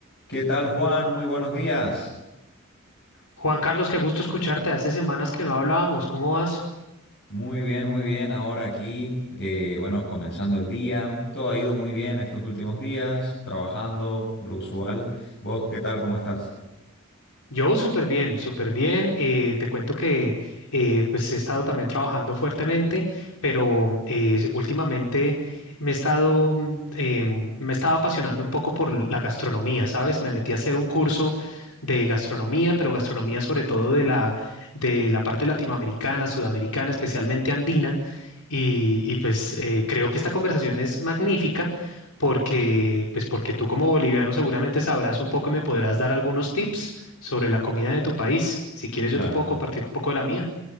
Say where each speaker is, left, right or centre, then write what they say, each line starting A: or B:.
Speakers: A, on the left; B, on the left.
A: ¿Qué tal, Juan? Muy buenos días.
B: Juan Carlos, qué gusto escucharte. Hace semanas que no hablábamos. ¿Cómo vas?
A: Muy bien, muy bien. Ahora aquí, eh, bueno, comenzando el día. Todo ha ido muy bien estos últimos días, trabajando, lo usual. ¿Vos qué tal? ¿Cómo estás?
B: Yo súper bien, súper bien. Eh, te cuento que eh, pues he estado también trabajando fuertemente, pero eh, últimamente me he estado, mm, em, me estaba apasionando un poco por la gastronomía, ¿sabes? Me metí a hacer un curso de gastronomía, pero gastronomía sobre todo de la, de la parte latinoamericana, sudamericana, especialmente andina Y, y, pues eh, creo que esta conversación es magnífica porque, pues porque tú como boliviano seguramente sabrás un poco y me podrás dar algunos tips sobre la comida de tu país. Si quieres,
A: Claro.
B: yo te puedo compartir un poco de la mía.